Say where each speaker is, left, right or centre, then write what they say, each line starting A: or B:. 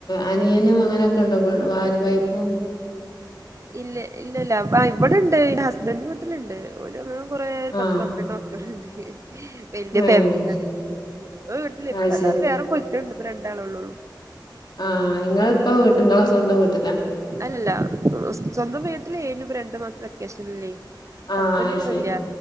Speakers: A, on the left; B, on the right.
A: അനിയനും അങ്ങനെക്കെണ്ട <unintelligible> വാല് പൈപ്പോ
B: ഇല്ല ഇല്ലല്ലാ ആ ഇവിടിണ്ട് ഹസ്ബൻഡ് വീട്ടിൽ ഇണ്ട് ഓലൊന്നും കുറേ പത്ത്
A: ആഹ്
B: പന്ത്രണ്ട് മക്കള്ണ്ട് വെല്യ
A: ഏഹ്
B: ഫേമിലിയാണ് ഇപ്പൊ വീട്ടില്
A: അത്
B: എല്ലാരും
A: ശരി
B: വേറെ പോയ്ക്ക്ണ് ഇപ്പ രണ്ടാളുള്ളൂള്ളൂ
A: ആ ഇങ്ങള് ഇപ്പൊ ഇങ്ങളെ സ്വന്തം വീ
B: അല്ലല്ല ഉം സ്വന്തം വീട്ടില് എളു രണ്ട് മാസ്ത്ത വെക്കേഷൻ ല്ലേ ഹസ്ബൻഡ്
A: ആഹ് അത്
B: ഇവിടില്ല
A: ശരി